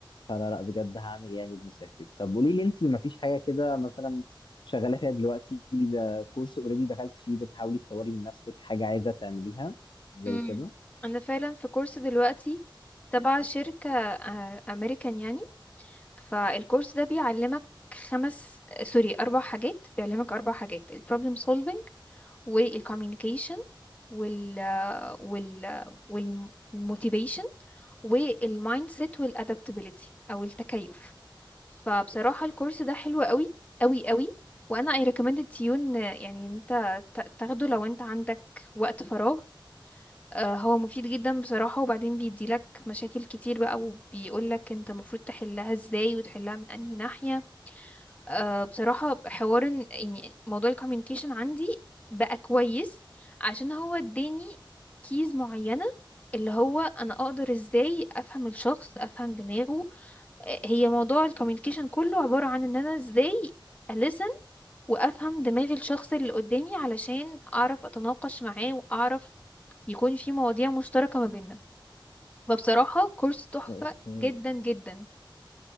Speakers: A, on the left (about 65°); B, on the left (about 15°).
A: فلا لا بجد هعمل يعني بنصيحتك طب قولي لي أنتي مفيش حاجة كده مثلا شغالة فيها دلوقتي ده كورس أوريدي دخلت فيه بتحاولي تطوري من نفسك حاجة عايزة تعمليها زي
B: امم
A: كده
B: انا فعلا في كورس دلوقتي تبع شركة آه، امريكان يعني فالكورس ده بيعلمك خمس سوري اربع حاجات بيعلمك اربع حاجات البروبلم سولفينج والكوميونيكيشن وال وال والموتيفيشن والمايند سيت والادابتابيلتي او التكيف فبصراحة الكورس ده حلو قوي قوي قوي وانا اي ريكومند تيون يعني انت ت- تاخده لو انت عندك وقت فراغ آه، هو مفيد جدا بصراحة وبعدين بيديلك مشاكل كتير بقى وبيقولك انت المفروض تحلها ازاي وتحلها من انهي ناحية آه، بصراحة حوار إن- يعني موضوع الكوميونيكيشن عندي بقى كويس عشان هو اداني كيز معينة اللي هو انا اقدر ازاي افهم الشخص افهم دماغه آه، هي موضوع الكوميونيكيشن كله عبارة عن ان انا ازاي ألسن وأفهم دماغ الشخص اللي قدامي علشان أعرف أتناقش معاه وأعرف يكون في مواضيع مشتركة ما بيننا فبصراحة كورس تحفة
A: اوكي
B: جدا جدا